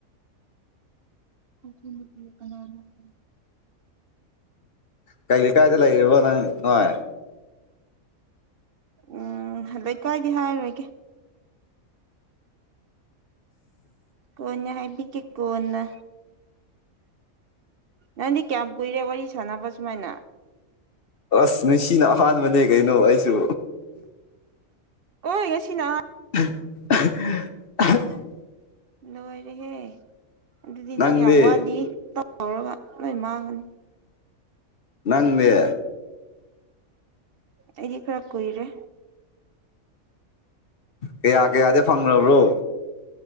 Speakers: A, on the right; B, on the left.
A: ꯑ
B: ꯀꯩ ꯂꯩ ꯀꯥꯏꯗ ꯂꯩꯔꯤꯕꯣ ꯅꯪ ꯅꯨꯡꯉꯥꯏ
A: ꯎꯝ ꯑꯗꯩ ꯀꯥꯏꯗꯤ ꯍꯥꯏꯔꯒꯦ ꯀꯅ ꯍꯥꯏꯕꯤ ꯀ ꯀꯅ ꯅꯗꯤ ꯀꯌꯥꯝ ꯀꯔ ꯄ ꯁꯥꯟ ꯄ ꯁꯃꯥꯏꯅ
B: ꯑꯁ ꯅꯨꯡꯁꯤꯅ ꯑꯍꯥꯟꯕꯅꯦ ꯀꯩꯅꯣ ꯑꯩꯁꯨ
A: ꯑꯣ ꯉꯁꯤꯅ
B: <inaudible>
A: ꯂꯣꯏꯔꯦꯍꯦ ꯑꯗꯨꯗꯤ ꯅꯪ
B: ꯅꯪꯗꯤ
A: ꯌꯥꯝ ꯋꯥꯠꯂꯤ ꯇꯧꯔꯒ ꯂꯣꯏ ꯃꯥꯡꯒꯅꯤ
B: ꯅꯪꯅꯦ
A: ꯑꯩꯗꯤ ꯈꯔ ꯀꯔꯦ
B: ꯀꯌꯥ ꯀꯌꯥꯗꯤ ꯐꯪꯕ꯭ꯔꯣ